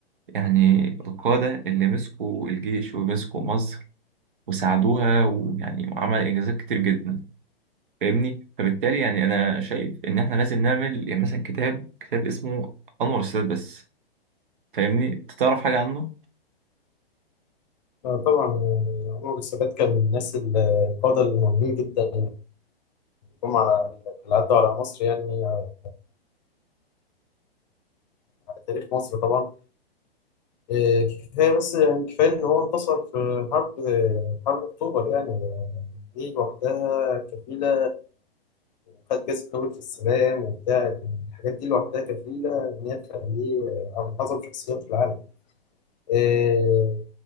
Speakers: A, on the right; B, on the left.
A: يعني القاده اللي مسكوا الجيش ومسكوا مصر وساعدوها ويعني عمل انجازات كتير جدا فاهمني فبالتالي يعني انا شايف ان احنا لازم نعمل يعني مثلا كتاب كتاب اسمه انور السادات بس فاهمني انت تعرف حاجه عنه
B: آه، طبعا يعني عمر السادات كان من الناس القادة المهمين جدا جم على اللي عدوا على مصر يعني آه، على تاريخ مصر طبعا آه، كفاية بس يعني كفاية إن هو انتصر في حرب آه، حرب أكتوبر يعني آه، دي لوحدها كفيلة وخد جائزة نوبل في السلام وبتاع الحاجات دي لوحدها كفيلة إن هي تخليه آه، من أعظم شخصيات في العالم آه،